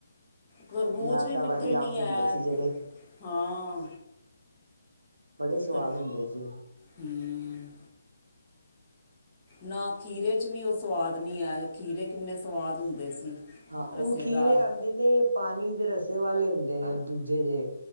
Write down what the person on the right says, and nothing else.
ਮਰਾਦਾਬਾਦੀ
ਅੰਬ ਹੁੰਦੇ
ਸੀ ਜੜੇ।
ਬੜੇ ਸਵਾਦ
ਹੁੰਦੇ ਸੀ।
ਹਾਂ ਹੁਨ
ਖੀਰੇ ਆਦੈ ਨੇ ਪਾਨੀ ਦੇ ਰਸੇ ਵਾਲੇ ਹੁੰਦੇ ਨੇ, ਦੂਜੇ ਜੇ।